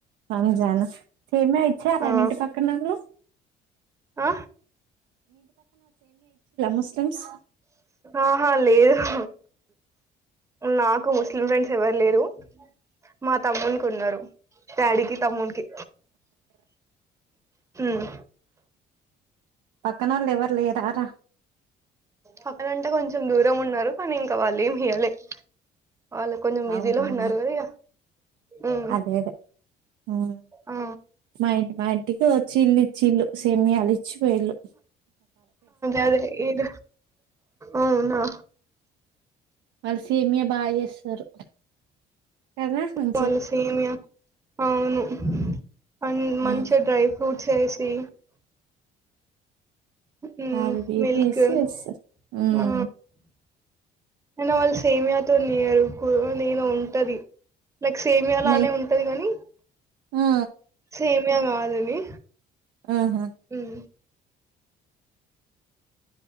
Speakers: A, on the right; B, on the right.
A: రంజాన్ సేమియా ఇచ్చారా
B: ఆ
A: మి ఇంటి పక్కనోల్లు
B: ఆ
A: ముస్లిమ్స్
B: ఆహా లేదు నాకు ముస్లిం ఫ్రెండ్స్ ఎవరు లేరు మా తమ్మునికి ఉన్నరు డాడీకి తమ్మునికి మ్
A: పక్కనోళ్ళు ఎవరు లేరారా
B: పక్కనంటే కొంచం దూరం ఉన్నారు కానీ ఇంకా వాళ్ళు ఏమి ఇయ్యాలే వాళ్ళ కొంచెం
A: అవునా
B: బిజీలో ఉన్నారు కదా ఇగ ఉమ్
A: అదే అదే ఉమ్
B: ఆ
A: మైండ్ మైం ఇంటికి వచ్చిల్లు ఇచ్చిల్లు సేమియాలు ఇచ్చిపోయిళ్ళు
B: అదదే ఈడ అవునా
A: వాళ్లు సేమియ బాగా చేస్తారు కదా మం
B: వాళ్లు సేమియా అవును మం మంచిగా
A: ఆ
B: డ్రై ఫ్రూట్ చేసి ఉమ్
A: అవి ఇవి
B: మిల్క్
A: ఏసి
B: ఆ
A: చేస్తారు హ్మ్
B: అయినా వాళ్లు స్ సేమియాతో నేరుకు నేనో ఉంటది లైక్ సేమియా లానే
A: నెయ్
B: ఉంటది కాని
A: ఆ
B: సేమియా కాదది.
A: ఆహా
B: ఉమ్